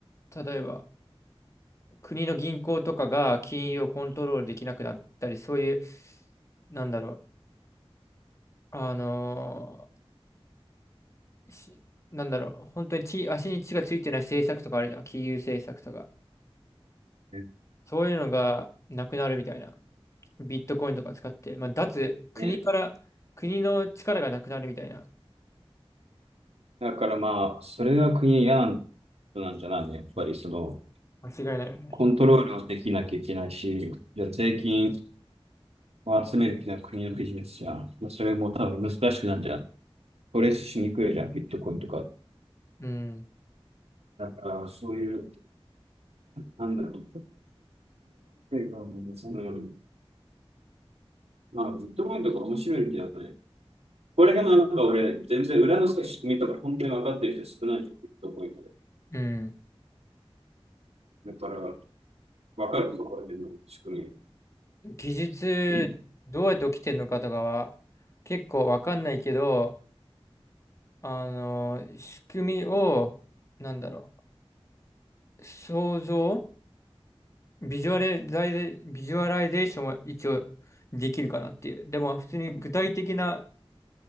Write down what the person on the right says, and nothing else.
ね
ね。
だからまあ、それが国嫌なんなんじゃないのやっぱりその、
コントロールをできなきゃいけないし、じゃあ税金を集めるっていうのは国のビジネスじゃん。まあ、それも多分難しくなんじゃん。トレースしにくいじゃん、ビットコインとか。
だからそういう、なんだろう。うんまあ、ビットコインとか面白いけどね。これ辺もなんか俺、全然裏のさ、仕組みとか本当に分かってる人少ないよ、ビットコインで。
だから、分かるところ辺の仕組
み。